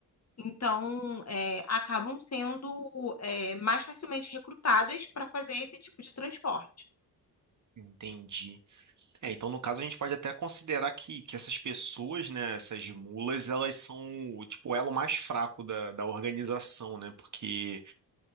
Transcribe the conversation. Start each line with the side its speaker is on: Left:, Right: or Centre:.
Left: Então, é, acabam sendo, é, mais facilmente recrutadas para fazer esse tipo de transporte.
Right: Entendi. É, então, no caso, a gente pode até considerar que, que essas pessoas, né, essas mulas, elas são o, tipo, o elo mais fraco da, da organização, né? Porque